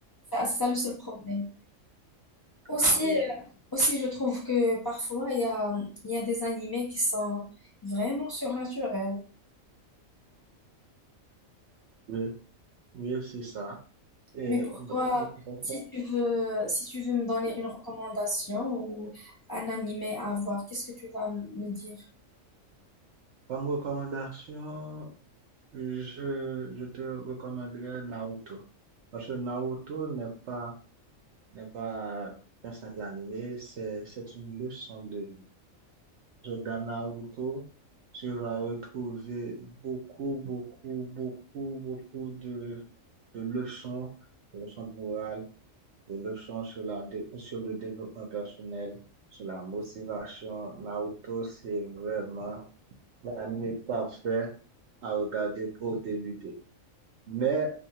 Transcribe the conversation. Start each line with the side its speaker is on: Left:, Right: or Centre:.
Left: Ça- C'est ça le seul problème. Aussi,
Right: Ah oui,
Left: euh, aussi, je trouve que parfois, il y a, il y a des animés qui sont vraiment surnaturels.
Right: oui, oui, c'est ça. Et
Left: Mais pour
Right: bon,
Left: toi,
Right: bon,
Left: si tu veux, si tu veux me donner une recommandation ou un animé à voir, qu'est-ce que tu vas m- me dire?
Right: comme recommandation, je, je te recommanderais Naruto. Parce que Naruto n'est pas, n'est pas un simple animé, c'est, c'est une leçon de vie. dans Naruto, tu vas retrouver beaucoup, beaucoup, beaucoup, beaucoup de, de leçons, de leçons de morale, de leçons sur la, dé- sur le développement personnel, sur la motivation. Naruto, c'est vraiment l'anime parfait à regarder pour débuter. Mais